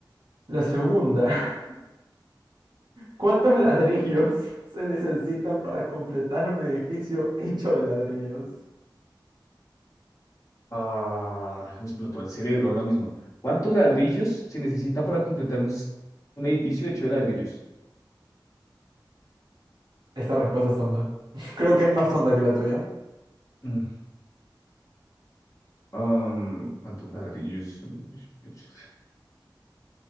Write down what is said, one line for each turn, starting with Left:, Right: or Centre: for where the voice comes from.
Right: La segunda. <laughs> ¿Cuántos ladrillos se necesitan para completar un edificio hecho de ladrillos?
Left: Ah, me explotó el cerebro ahora mismo. ¿Cuántos ladrillos se necesitan para completar un, s- un edificio hecho de ladrillos?
Right: Esta respuesta es tonta. <laughs> Creo que es más tonta que la tuya.
Left: Mm, um, ¿cuántos ladrillos? <sniffs>